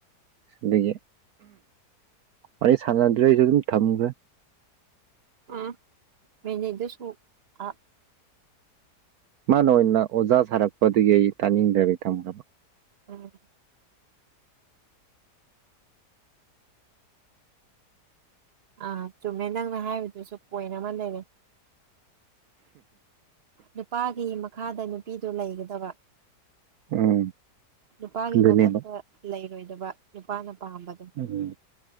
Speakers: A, on the right; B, on the right.
A: ꯑꯗꯒꯤ ꯋꯥꯔꯤ ꯁꯥꯟꯅꯗ꯭ꯔꯦ ꯑꯩꯁꯨ ꯑꯗꯨꯝ ꯊꯝꯈ꯭ꯔꯦ
B: ꯑ ꯃꯤꯅꯤꯗ ꯁ ꯑ
A: ꯃꯥꯅ ꯑꯣꯏꯅ ꯑꯣꯖꯥ ꯁꯥꯔꯛꯄꯗꯨꯒꯤ ꯑꯩ ꯇꯥꯅꯤꯡꯗꯕꯤ ꯊꯝꯈ꯭ꯔꯕ
B: ꯎꯝ ꯑꯥ ꯆꯨꯝꯃꯦ ꯅꯪꯅ ꯍꯥꯏꯕꯗꯨꯁꯨ ꯄꯣꯏꯟ ꯑꯃ ꯂꯩꯔꯦ ꯅꯨꯄꯥꯒꯤ ꯃꯈꯥꯗ ꯅꯨꯄꯤꯗꯨ ꯂꯩꯒꯗꯕ
A: ꯎꯝ
B: ꯅꯨꯄꯥꯒꯤ
A: ꯑꯗꯨꯅꯦꯕ
B: ꯃꯊꯛꯇ ꯂꯩꯔꯣꯏꯗꯕ ꯅꯨꯄꯥꯅ ꯄꯥꯝꯕꯗꯣ
A: ꯎꯝ